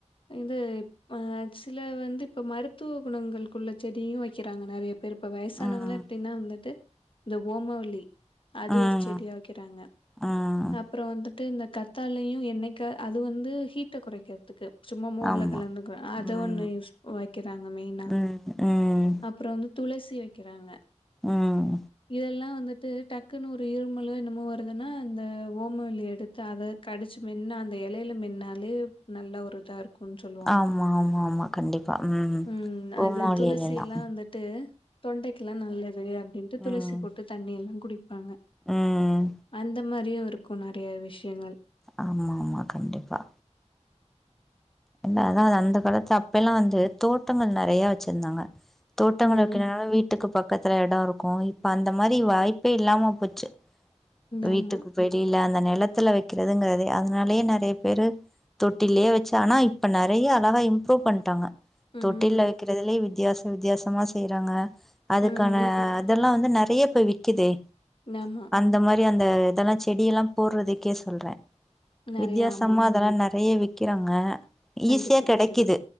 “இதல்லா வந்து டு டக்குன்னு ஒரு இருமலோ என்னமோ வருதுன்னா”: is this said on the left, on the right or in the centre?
Left